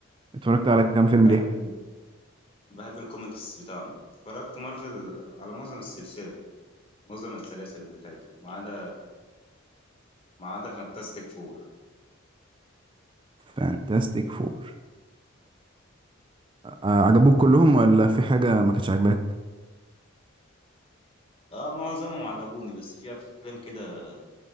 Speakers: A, on the right; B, on the left.
A: اتفرجت على كام فيلم
B: بحب
A: ليها
B: ال... بحب الكوميكس بتاعهم اتفرجت مارفل على معظم السلسلة معظم السلاسل بتاعتي ما عدا ما عدا فانتاستيك فور
A: فانتاستيك فور آه، عجبوك كلهم ولا في حاجه ما كانتش عاجباك
B: اه معظمهم عجبوني بس في افلام كده